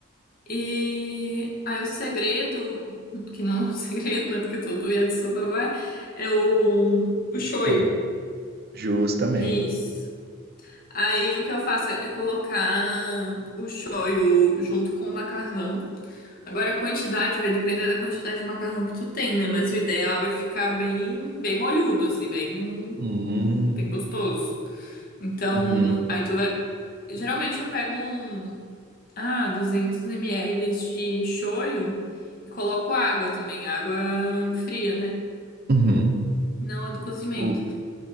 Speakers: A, on the left; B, on the right.
A: E aí o segredo, <laughs> que não é um <laughs> segredo, né? Porque todo yakisoba vai, é o, o shoyu.
B: Foi. Jus também.
A: Isso. Aí o que eu faço é colocar o shoyu junto com o macarrão. Agora a quantidade vai depender da quantidade de macarrão que tu tem, né? Mas o ideal é ficar bem, bem molhudo, assim, bem,
B: Hum,
A: bem gostoso. Então,
B: uhum,
A: aí tu vai. Geralmente eu pego um, ah, duzentos ml de shoyu e coloco água também, água fria, né?
B: uhum.
A: Não a do cozimento.
B: O-